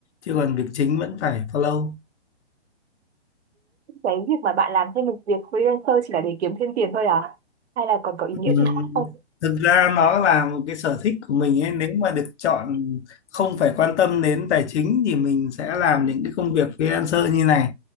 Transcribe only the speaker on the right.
Cái việc mà bạn làm thêm một việc freelancer chỉ là để kiếm thêm tiền thôi à? Hay là còn có ý nghĩa
gì khác không?